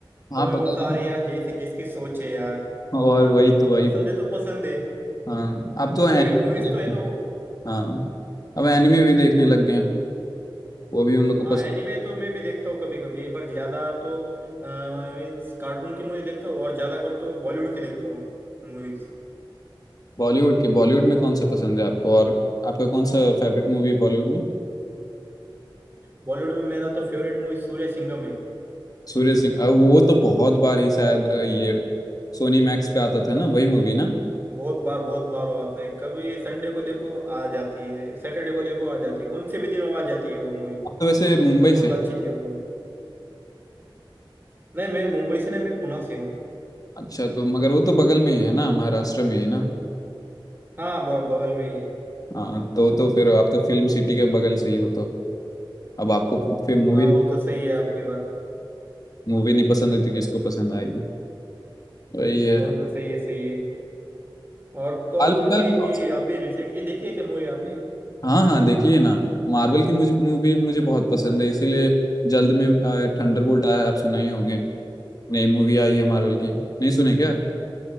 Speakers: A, on the left; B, on the right.
A: हाँ
B: तो मैं
A: पता
B: बोलता
A: नहीं
B: अरे यार जैसे जिसकी सोच है यार
A: और वही तो वही
B: पसंद
A: बात
B: है तो पसंद है
A: हाँ अब तो
B: मूवी
A: एनिमे
B: मूवीज तो है ना वो
A: हाँ अब एनिमे भी देखने लग
B: हाँ
A: गए हैं वो भी उन लोग को
B: हाँ
A: पसंद
B: एनिमे तो मैं भी देखता हूँ कभी कभी पर ज्यादा तो मीन्स कार्टून की मूवी देखता हूँ और ज्यादा कर तो बॉलीवुड की देखता हूँ मूवीज
A: बॉलीवुड के बॉलीवुड में कौन से पसंद है आपको और आपका कौन सा फेवरेट मूवी है बॉलीवुड में
B: बॉलीवुड में मेरा तो फेवरेट मूवी सूर्य सिंघम है
A: सूर्य सिंह अब वो तो बहुत बार ही शायद अ, ये सोनी मैक्स पे आता था ना वही मूवी ना
B: बहुत बार बहुत बार वो आता है कभी संडे को देखो आ जाती है सैटरडे को देखो आ जाती है कौन से भी दिन वो आ जाती है वो मूवी
A: आप तो वैसे मुंबई
B: बहुत
A: से
B: अच्छी थी वो मूवी नहीं मैं मुंबई से नहीं मैं पुणे से हूँ
A: अच्छा तो मगर वो तो बगल में ही है ना महाराष्ट्र में ही ना
B: हाँ ब, बगल में ही है
A: हाँ तो तो फिर आप तो फिल्म सिटी के बगल से ही हो तो अब आपको फिर मूवी
B: हाँ वो तो सही है आपकी बात
A: मूवी <laughs> नहीं पसंद होती किसको पसंद आएगी वही है
B: वो तो सही है सही है और तो
A: हाल
B: और
A: फिलहाल
B: कौन सी
A: में कौन सा
B: अभी रिसेंटली देखी है क्या मूवी आपने
A: हाँ हाँ देखिए ना मार्वल की मुझे मूवी मुझे बहुत पसंद है इसीलिए जल्द में थंडरबोल्ट आया आप सुना ही होंगे नई मूवी आई है मार्वल की नहीं सुने क्या